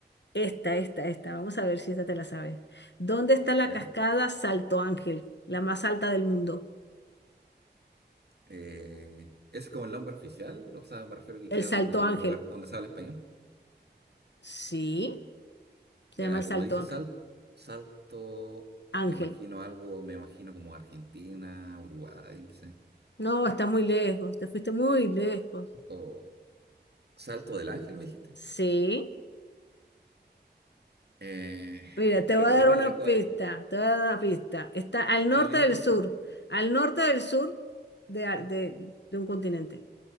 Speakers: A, on the left; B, on the right.
A: Esta, esta, esta. Vamos a ver si esta te la sabes. ¿Dónde está la
B: ¿ya?
A: cascada Salto Ángel, la más alta del mundo?
B: Eh, ¿es como el nombre oficial? O sea, me refiero que
A: El
B: queda
A: Salto
B: un- en
A: Ángel.
B: un lugar donde se habla español.
A: Sí, se
B: Mira,
A: llama el
B: como
A: Salto
B: dice
A: Ángel.
B: sal- salto,
A: Ángel.
B: me imagino algo, me imagino como Argentina, Uruguay, no sé.
A: No, está muy lejos, te fuiste muy lejos.
B: O Salto del Ángel, me dijiste.
A: Sí.
B: Eh,
A: Mira, te
B: pero
A: voy a dar
B: ¿qué tan
A: una
B: lejos
A: pista,
B: es?
A: te voy a dar una pista. Está al
B: Está
A: norte
B: en el mismo
A: del
B: continente.
A: sur, al norte del sur de, de de un continente.